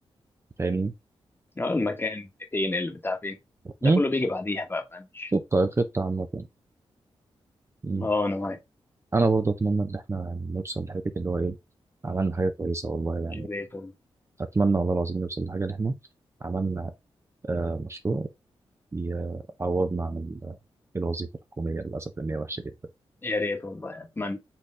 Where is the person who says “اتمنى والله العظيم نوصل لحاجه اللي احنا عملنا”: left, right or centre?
Right